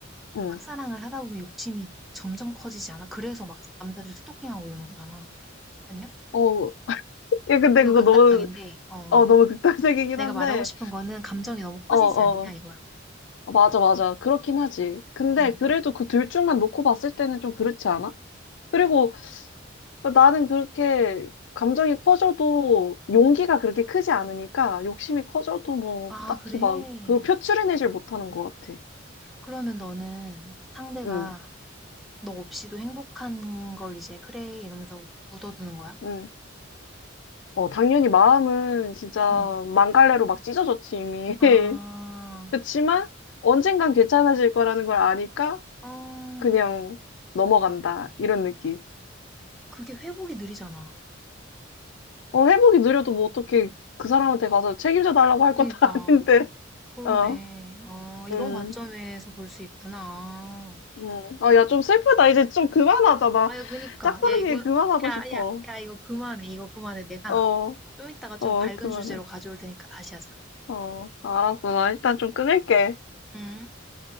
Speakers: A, on the left; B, in the centre.
A: 응.
B: 짝사랑을 하다 보면 욕심이 점점 커지지 않아? 그래서 막 남자들이 스토킹하고 이러는 거잖아. 아니야?
A: 어, 예, 근데
B: 이거
A: 그거
B: 극단적인데,
A: 너무,
B: 어,
A: 어, 너무 극단적이긴
B: 내가
A: 한데,
B: 말하고 싶은 거는 감정이 너무 커지지
A: 어, 어,
B: 않냐, 이거야.
A: 맞아, 맞아. 그렇긴 하지. 근데
B: 응.
A: 그래도 그 둘 중만 놓고 봤을 때는 좀 그렇지 않아? 그리고 나는 그렇게 감정이 커져도 용기가 그렇게 크지 않으니까 욕심이 커져도 뭐
B: 아,
A: 딱히
B: 그래.
A: 막 그걸 표출해내질 못하는 것 같아.
B: 그러면 너는 상대가
A: 응,
B: 너 없이도 행복한 걸 이제 그래 이러면서 묻어두는 거야?
A: 응. 어, 당연히 마음은 진짜
B: 응.
A: 망갈래로 막 찢어졌지, 이미.
B: 아,
A: <laughs> 그치만 언젠간 괜찮아질 거라는 걸 아니까
B: 어,
A: 그냥 넘어간다. 이런 느낌.
B: 그게 회복이 느리잖아.
A: 어, 회복이 느려도 뭐 어떻게 그 사람한테 가서 책임져 달라고 할
B: 그러니까
A: 것도 <laughs> 아닌데.
B: 그러네.
A: 어,
B: 아, 이런
A: 음,
B: 관점에서 볼 수 있구나.
A: 음. 아, 야, 좀 슬프다. 이제 좀 그만하자. 나
B: 아유, 그니까
A: 짝사랑
B: 야 이거
A: 얘기 그만하고
B: 야,
A: 싶어.
B: 야, 야 이거 그만해. 이거 그만해. 내가
A: 어,
B: 좀 이따가 좀
A: 어,
B: 밝은
A: 그만해.
B: 주제로 가져올 테니까 다시 하자.
A: 어, 알았어. 나 일단 좀 끊을게.
B: 음.